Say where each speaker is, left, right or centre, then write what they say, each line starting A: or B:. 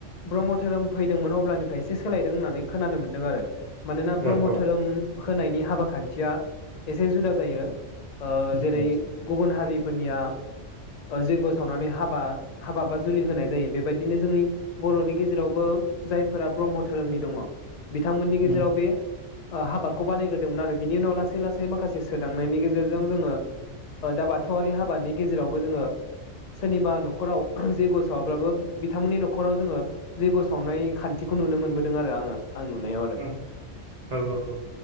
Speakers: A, on the left; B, on the right.
A: ब्रह्म धोरोम फैदोंमोन अब्लानिफ्राय एसे सोलायदों होननानै खोनानो मोन्दों आरो मानोना
B: औ
A: ब्रह्म
B: औ
A: धोरोम होनायनि हाबा खान्थिया एसे जुदा जायो
B: उम
A: जेरै गुबुन हारि फोरनिया जैग्य' सावनानै हाबा हाबा बा जुलि होनाय जायो बेबायदिनो जोंनि बर'नि गेजेरावबो जायफोरा ब्रह्म धोरोमनि दङ बिथांमोननि गेजेराव
B: उम
A: बे हाबाखौ बानायग्रदोंमोन आरो बिनि उनाव लासै लासै माखासे सोदांनायनि गेजेरजों जोङो दा बाथौ बाथौआरि हाबानि गेजेरावबो जोङो सोरनिबा न'खराव जैग्य साववाबबो बिथांमोननि न'खराव जोङो जैग्य सावनाय खान्थिखौ नुनो मोनबोदों आरो आङो आं नुनायाव आरो
B: औ औ औ